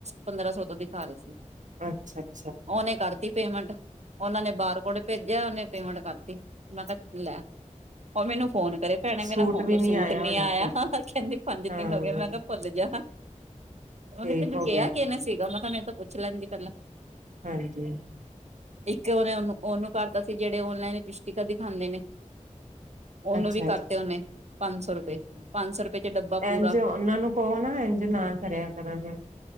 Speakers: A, on the right; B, on the right.
A: ਪੰਦਰਾਂ ਸੌ ਦਾ ਦਿਖਾ ਰਹੇ ਸੀ।
B: ਅੱਛਾ, ਅੱਛਾ।
A: ਉਹਨੇ ਕਰਤੀ ਪੇਮੈਂਟ? ਉਹਨਾਂ ਨੇ ਬਾਰ ਕੋਡ ਜ ਉਹਨੇ ਪੇਮੈਂਟ ਕਰਤੀ, ਮੈਂ ਕਿਹਾ ਲੈ ਉਹ ਮੈਨੂੰ ਫੋਨ ਕਰੇ ਭੈਣੇ
B: ਸੂਟ
A: ਮੇਰਾ
B: ਵੀ
A: ਸੂਟ ਨੀ
B: ਹੋਣਾ
A: ਆਇਆ,
B: ਫਿਰ
A: ਕਹਿੰਦੇ ਪੰਜ ਦਿਨ
B: ਹਾਂ
A: ਹੋ ਗਏ, ਮੈਂ ਕਿਆ ਭੁੱਲ ਜਾ।
B: ਠੀਕ
A: ਉਹਨੇ ਤੈਨੂੰ
B: ਹੋ
A: ਕਿਹਾ
B: ਗਿਆ
A: ਕਿਹਨੇ ਸੀਗਾ ਮੈਂ ਪੁੱਛ ਲੈਣਗੇ ਪਹਿਲਾਂ।
B: ਹਾਂਜੀ।
A: ਇੱਕ ਉਹਨੇ ਉਹਨੂੰ <inaudible> ਉਹਨੂੰ ਕਰਤਾ ਸੀ, ਜਿਹੜੇ ਔਨਲਾਈਨ ਲਿਪਸਟਿਕਾਂ ਦਿਖਾਂਦੇ ਨੇ। ਉਹਨੂੰ
B: ਅੱਛਾ
A: ਵੀ ਕਰਤੇ,
B: ਜੀ
A: ਉਹਨੇ ਪੰਜ ਸੌ ਰੁਪਏ-
B: ਹਮ,
A: ਪੰਜ ਸੌ ਰੁਪਏ ਚ ਡੱਬਾ ਪੂਰਾ,
B: ਇੰਝ ਉਹਨਾਂ ਨੂੰ ਕਹੋ ਨਾ ਇੰਝ ਨਾ ਕਰਿਆ ਕਰਨ